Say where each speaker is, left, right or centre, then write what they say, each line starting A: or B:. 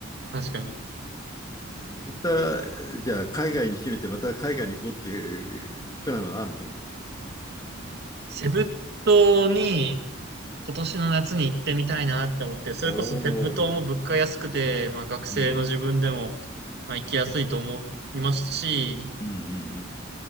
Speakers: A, on the right; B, on the left.
A: 確かに。
B: でまた、じゃあ海外に決めて、また海外に行こうっていうプランはあるの
A: セブ島に今年の夏に行ってみたいなって思って、それこそセブ島も物価安くて、
B: おおー。
A: まあ学生の自分でも、
B: うん。
A: まあ行きやすいと思いますし、
B: うんうん